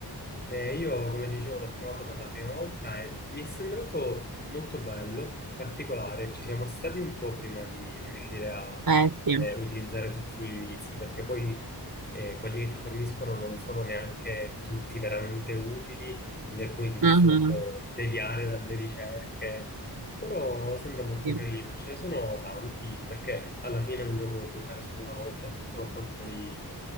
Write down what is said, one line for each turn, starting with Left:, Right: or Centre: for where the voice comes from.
Left: Eh, io, come dicevo, l'ho provato per la prima volta e mi è sembrato molto bello, particolare. Ci siamo stati un po' prima di riuscire a
Right: Eh sì.
Left: eh, utilizzare tutti gli indizi, perché poi eh, quelli che ti forniscono non sono neanche tutti veramente utili, quindi alcuni ti possono
Right: Mhm.
Left: un po' deviare dalle ricerche. Però sembra molto
Right: Sì,
Left: carino, ce ne sono tanti, perché alla fine è un gioco che puoi fare solo una volta purtroppo e poi